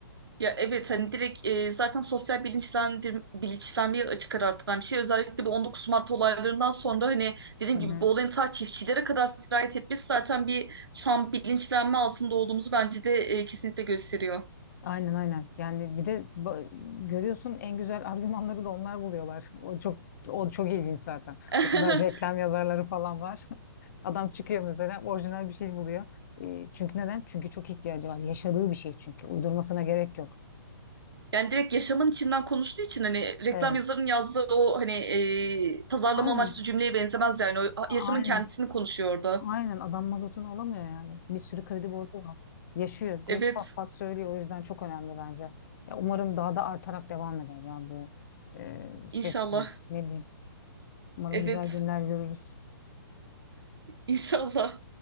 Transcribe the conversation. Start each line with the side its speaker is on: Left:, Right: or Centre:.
Right: Ya evet hani direkt e, zaten sosyal bilinçlendir bilinçlenmeye açık ara artıran bir şey. Özellikle bu 19 Mart olaylarından sonra hani dediğim
Left: ben. Hı
Right: gibi
Left: hı.
Right: bu olayın ta çiftçilere kadar sirayet etmesi zaten bir şu an bilinçlenme altında olduğumuzu bence de e, kesinlikle gösteriyor.
Left: Aynen aynen. Yani bir de ba- görüyorsun en güzel argümanları da onlar buluyorlar. <laughs> O çok o çok ilginç zaten.
Right: <laughs>
Left: O kadar reklam yazarları falan var. <laughs> Adam çıkıyor mesela orijinal bir şey buluyor. E, çünkü neden? Çünkü çok ihtiyacı var. Yaşadığı bir şey çünkü. Uydurmasına gerek yok.
Right: Yani direkt yaşamın içinden konuştuğu için hani reklam
Left: Evet.
Right: yazarının yazdığı o hani e, pazarlama
Left: Aynen.
Right: amaçlı cümleye benzemez yani. O
Left: Aynen.
Right: yaşamın kendisini konuşuyor orada.
Left: Aynen adam mazotunu alamıyor yani. Bir sürü kredi borcu var. Yaşıyor. Direkt
Right: Evet,
Left: pat pat söylüyor. O yüzden çok önemli bence. Ya umarım daha da artarak devam eder ya bu e, ses.
Right: inşallah.
Left: Ne diyeyim? Umarım
Right: Evet,
Left: güzel günler görürüz.
Right: inşallah.